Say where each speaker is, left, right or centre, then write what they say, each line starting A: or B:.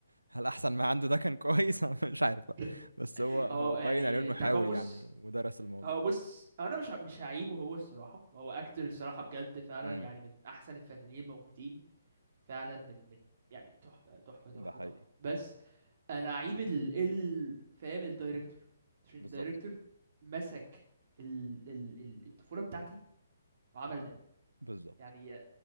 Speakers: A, on the right; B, on the right.
A: هل احسن ما عنده ده كان كويس <laughs> أنا مش عارف بقى.
B: <laughs>
A: بس هو هو
B: هو يعني
A: باين عليه انه
B: التقمص
A: حاول يعني ودرس الموضوع
B: هو بص هو انا مش ع- مش هعيبه هو الصراحه هو اكتر الصراحه بجد فعلا
A: امم
B: يعني من احسن الفنانين الموجودين فعلا من من يعني تحفه تحفه تحفه
A: ده حقيقي
B: تحفه بس انا عيب ال ال- فاهم الدايركتور عشان
A: بالظبط
B: الدايركتور مسك ال ال ال- الطفوله بتاعتي وعمل ده
A: بالظبط
B: يعني